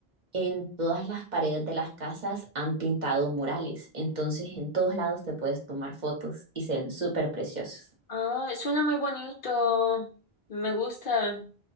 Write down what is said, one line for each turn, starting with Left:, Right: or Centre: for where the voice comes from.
Right: en todas las paredes de las casas han pintado murales, entonces en todos lados te puedes tomar fotos y se ven súper preciosos.
Left: Ah, suena muy bonito. Me gusta.